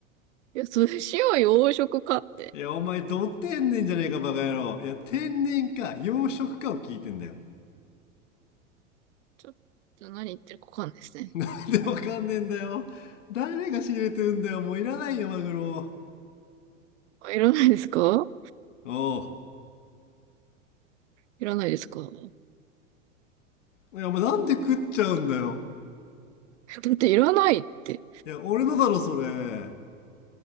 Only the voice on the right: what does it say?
いや、寿司を洋食かって。
ちょっと何言ってるかわかんないですね。
あ、いらないですか
いらないですかだ
っていらないって。